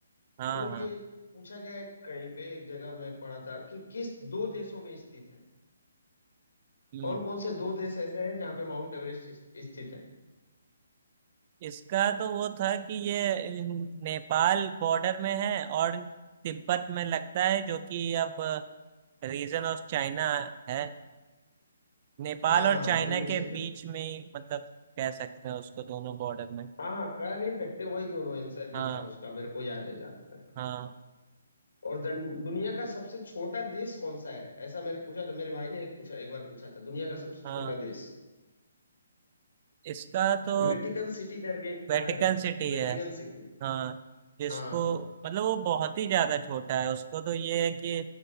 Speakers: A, on the right; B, on the left.
A: हाँ
B: तो ये
A: हाँ
B: पूछा गया है कहीं पे एक जगह मैं पढ़ा था कि किस दो देशों में स्थित है
A: हम्म।
B: कौन कौन से दो देश ऐसे हैं जहाँ पे माउंट एवरेस्ट स्थ- स्थित है
A: इसका तो वो था कि ये नेपाल बॉर्डर में है और तिब्बत में लगता है जो कि अब रीजन ऑफ चाइना है नेपाल
B: हाँ
A: और
B: हाँ
A: चाइना
B: बिल्कुल सही
A: के
B: जवाब
A: बीच में ही, मतलब कह सकते हैं उसको दोनों बॉर्डर में
B: हाँ हाँ कह नहीं सकते वही दोनों आंसर भी
A: हाँ
B: था उसका मेरे को याद है जाता
A: हाँ
B: और दन- दुनिया का सबसे छोटा देश कौन सा है ऐसा मैंने पूछा था मेरे भाई ने एक पूछा एक बार पूछा था दुनिया का सबसे
A: हाँ
B: छोटा देश
A: इसका तो
B: वेटिकन सिटी करके एक
A: वेटिकन
B: शहर है
A: सिटी
B: Vatican
A: है
B: City
A: हाँ जिसको
B: हाँ हाँ
A: मतलब वो बहुत ही ज्यादा छोटा है उसको तो ये है कि